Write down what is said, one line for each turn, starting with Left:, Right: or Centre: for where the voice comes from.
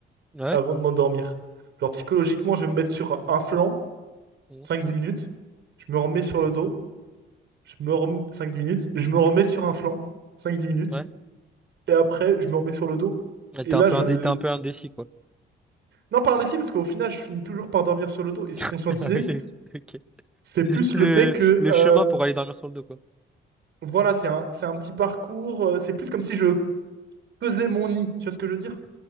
Centre: Ouais.
Right: avant de m'endormir. Genre psychologiquement, je vais me mettre sur un flanc
Centre: mm,
Right: cinq dix minutes, je me remets sur le dos, je me rem... cinq dix minutes, je me remets sur un flanc cinq dix minutes,
Centre: Ouais.
Right: et après, je me remets sur le dos,
Centre: Ouais,
Right: et
Centre: T'es un
Right: là,
Centre: peu
Right: je...
Centre: indé- t'es un peu indécis, quoi.
Right: Non, pas un indécis, parce qu'au final, je finis toujours par dormir sur le dos, et c'est
Centre: <laughs>
Right: conscientisé.
Centre: Ok, ok. ok.
Right: C'est plus
Centre: C'est juste le,
Right: le fait que,
Centre: le
Right: euh,
Centre: chemin pour aller dormir sur le dos, quoi.
Right: voilà, c'est un, c'est un petit parcours, euh, c'est plus comme si je pesais mon nid, tu vois ce que je veux dire?